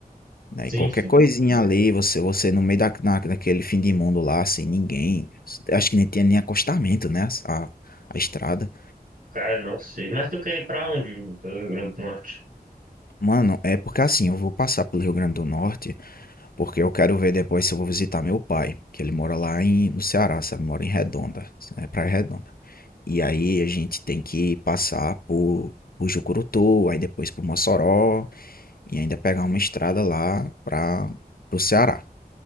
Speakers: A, on the left; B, on the right.
A: Né?
B: sim.
A: E qualquer coisinha ali, você, você no meio da, na, daquele fim de mundo lá, sem ninguém. Acho que nem tinha nem acostamento, né? A, a estrada.
B: Cara, não sei. Mas tu quer ir pra onde? Pelo Rio Grande do Norte.
A: Mano, é porque assim, eu vou passar pelo Rio Grande do Norte, porque eu quero ver depois se eu vou visitar meu pai, que ele mora lá em, no Ceará, sabe? Mora em Redonda, é Praia Redonda. E aí a gente tem que passar por, por Jucurutu, aí depois por Mossoró, e ainda pegar uma estrada lá para o Ceará.